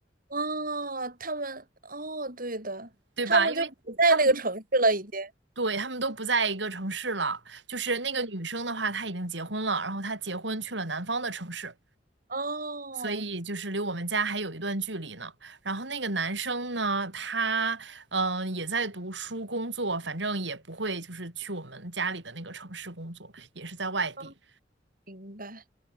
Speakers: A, on the right; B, on the right.
A: 哦，他们，哦，对的，
B: 对吧？
A: 他们就不在那个城市了，
B: 因为他们都
A: 已经。
B: 对他们都不在一个城市了。就是那个女生的话，她已经结婚了，然后她结婚去了南方的城市，
A: 哦，
B: 所以就是离我们家还有一段距离呢。然后那个男生呢，他嗯、呃也在读书工作，反正也不会就是去我们家里的那个城市工作，也是在外地。
A: 哦，明白。